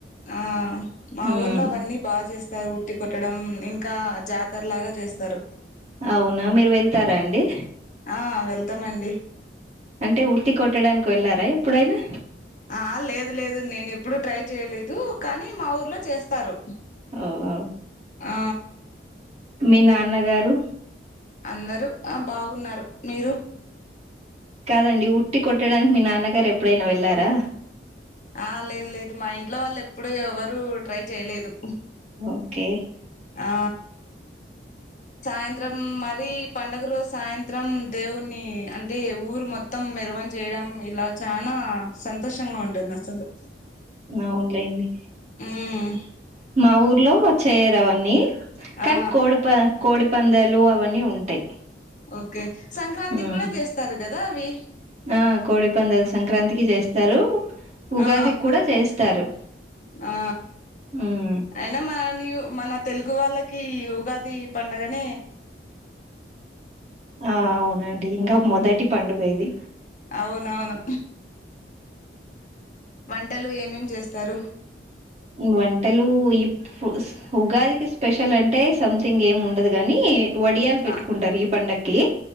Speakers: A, on the left; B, on the right.
A: ఆ మా
B: ఉమ్
A: ఊర్లో అవన్నీ బా చేస్తారు ఉట్టి కొ పెట్టడం ఇంకా జాతర లాగా చేస్తారు
B: అవునా మీరు వెళ్తారా అండి
A: ఆ వెళ్తామండి
B: అంటే ఉట్టి కొట్టడానికి వెళ్ళారా ఎప్పుడైనా
A: ఆ లేదు లేదు నేనెప్పు ఎప్పుడు ట్రై చేయలేదు కానీ మా ఊర్లో చేస్తారు
B: ఓఓ
A: ఆ
B: మీ నాన్నగారు
A: అందరు ఆ బాగున్నారు మీరు
B: కాదండి ఉట్టి కొట్టడానికి మీ నాన్నగారు ఎప్పుడైనా వెళ్ళారా
A: ఆ లేదు లేదు మా ఇంట్లో వాళ్ళు ఎప్పుడు ఎవరూ ట్రై చేయలేదు
B: ఓకే
A: ఆ సాయంత్రం మరీ పండుగ రోజు సాయంత్రం దేవున్ని అంటే ఊరు మొత్తం మెరవం చేయడం ఇలా చనా సంతోషంగా ఉంటుంది అసలు
B: అవునులేండి
A: హ్మ్
B: మా ఊర్లో చేయరు అవన్నీ కాని
A: ఆ
B: కోడి ప కోడిపందాలు అవన్నీ ఉంటాయి
A: ఓకే సంక్రాంతి
B: ఉమ్
A: గూడా చేస్తారు కదా అవి
B: ఆ కోడి పందాలు సంక్రాంతికి చేస్తారు ఉగాది
A: ఆ
B: కూడా చేస్తారు
A: ఆ
B: ఉమ్
A: అయినా మన న్యు మన తెలుగు వాళ్ళకి కీ ఉగాది పండుగనే
B: ఆ అవునండి ఇంక మొదటి పండుగ ఇది
A: అవునవును వంటలు ఏమేం చేస్తారు
B: వంటలు ఈ ఉగాదికి స్పెషల్ అంటే సంథింగ్ ఏమి ఉండదు గ నీ వడియాల్ పెట్టుకుంటారు
A: ఆ
B: ఈ పండక్కి